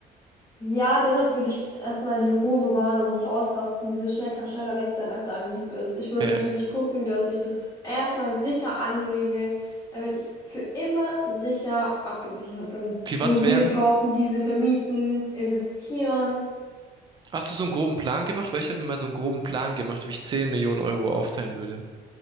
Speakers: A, on the left (about 20°); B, on the right (about 25°).
A: Ja, dennoch würde ich erst mal die Ruhe bewahren und nicht ausrasten. Dieses Schnell kann schneller weg sein, als einem lieb ist. Ich würde
B: Okay.
A: natürlich gucken, dass ich das erst mal sicher anlege, damit ich für immer sicher abgesichert bin.
B: wie was
A: Immobilien
B: wären,
A: kaufen, diese vermieten, investieren.
B: hast du so einen groben Plan gemacht? Weil ich habe mir mal so einen groben Plan gemacht, wie ich 10 Millionen Euro aufteilen würde.